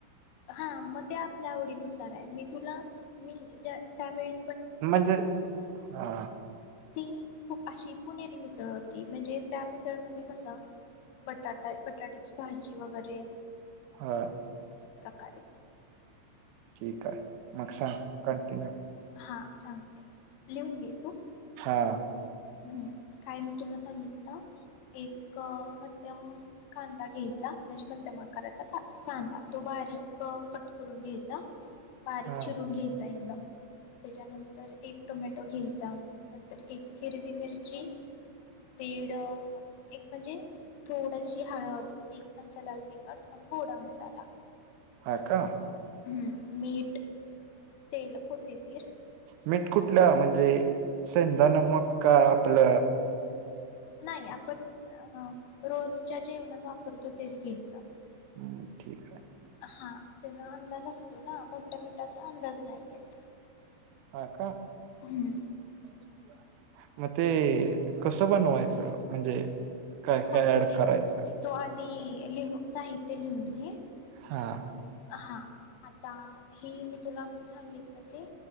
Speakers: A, on the left; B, on the right.
A: हा मग ते आपल्या आवडीनुसार हाय मी तुला मी ज्या त्यावेळी
B: म्हणजे? हा
A: ती खु अशी पुणेरी मिसळ होती म्हणजे त्या मिसळमध्ये कस बटाटा बटाट्याची भाजी वगैरे
B: हा
A: कारे
B: ठीक हाय मग सांग कंटिन्यू
A: हा सांगते लिहून घे तू
B: हा
A: हम् काय मी तुला सांगितलं एक मध्यम कांदा घ्यायचा म्हणजे मध्यम आकाराचा कांदा तो बारीक कट करून घ्यायचा बारीक
B: हा
A: चिरून घ्यायचाय म त्याच्यानंतर एक टोमॅटो घ्यायचा नंतर एक हिरवी मिरची दीड अं एक म्हणजे थोडशी हळद एक चमचा लाल तिखट आणि गोडा मसाला
B: हा का
A: हूं मीट तेल कोथिंबीर
B: मिट कुठलं म्हणजे? सेंधा नमक का आपल
A: नाई आपण सअं रोजच्या जेवणात वापरतो तेच घ्यायचं
B: हम्म ठीक आहे.
A: हां त्याचा अंदाज असतो ना मोठ्या मिठाचा अंदाज नाही येत
B: हा का?
A: हम्म
B: <unintelligible> मग ते कसं बनवायचं म्हणजे? काय
A: सांगते,
B: काय ऍड करायचं
A: तो आधी लिहू साहित्य लिहून घे.
B: हा
A: हं हा आता हे मी तुला आता सांगितलं ते